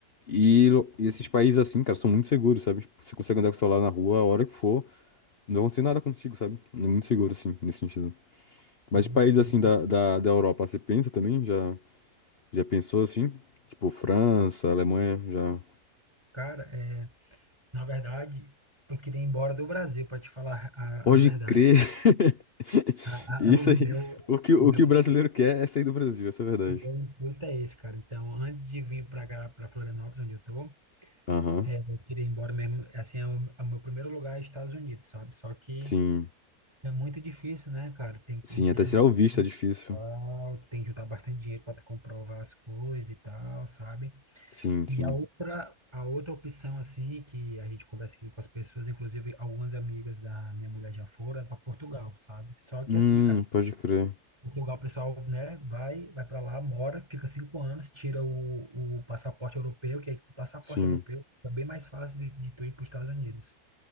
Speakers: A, on the left (about 45°); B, on the right (about 20°).
A: E, lo- e esses países assim, cara, são muito seguros, sabe? Tipo, Você consegue andar com o celular na rua a hora que for, não vai acontecer nada contigo, sabe? É muito seguro, assim, nesse sentido.
B: Sim,
A: Mas países
B: sim.
A: assim da, da, da Europa, você pensa também? Já, já pensou assim? Tipo, França, Alemanha, já.
B: Cara, é, na verdade, eu queria ir embora do Brasil, para te falar a,
A: Pode
B: a verdade.
A: crer! <laughs>
B: A-
A: Isso
B: a- o
A: aí.
B: meu,
A: O que, o
B: o meu,
A: que o brasileiro quer é sair do Brasil, essa é a verdade.
B: o meu intuito é esse, cara. Então, antes de vir para cá, para Florianópolis, onde eu tô,
A: Aham.
B: é, eu queria ir embora mesmo. Assim, é o, é o meu primeiro lugar é Estados Unidos, sabe? Só que
A: Sim,
B: é muito difícil, né, cara? Tem
A: sim,
B: a questão
A: até tirar
B: do custo
A: o visto é difícil.
B: e tal, tem que juntar bastante dinheiro para comprovar as coisas e tal, sabe?
A: Sim,
B: E
A: sim.
B: a outra, a outra opção, assim, que a gente conversa aqui com as pessoas, inclusive algumas amigas da minha mulher já foram, é para Portugal, sabe? Só que
A: Hum,
B: assim, cara,
A: pode crer.
B: Portugal, o pessoal, né, vai, vai para lá, mora, fica cinco anos, tira o, o passaporte europeu, que aí com o passaporte
A: Sim,
B: europeu é bem mais fácil de, de tu ir para os Estados Unidos.